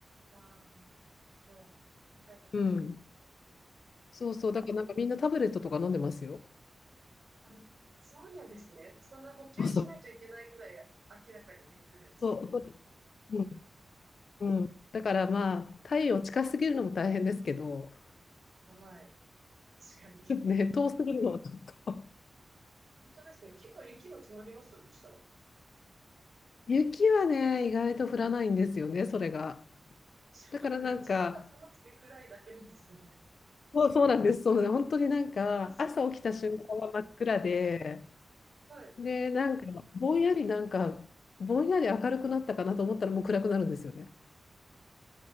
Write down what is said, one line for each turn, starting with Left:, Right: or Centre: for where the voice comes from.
Right: ああ、なるほど。考えたことがないです。
Left: うん。そうそう、だからなんかみんなタブレットとか飲んでますよ。
Right: あの、そうなんですね。そんな補給しないといけないぐらい明らかに出てくるんですね。
Left: そうそう。そう、うん、うんだからまあ、太陽近すぎるのも大変ですけど、
Right: はい。確かに。
Left: <laughs> ね、遠すぎるのはちょっと。
Right: 本当ですね。結構雪も積もりますどうしたら。
Left: 雪はね、意外と降らないんですよね、それが。
Right: そうなんだ。
Left: だからなんか、
Right: じゃあ、ただ寒くて暗いだけなんですね。
Left: そう、そうなんです、そうなんです、本当になんか、
Right: ああ、そう。
Left: 朝起きた瞬間は真っ暗で、
Right: はい。
Left: で、なんか、ぼんやりなんか、ぼんやり明るくなったかなと思ったらもう暗くなるんですよね。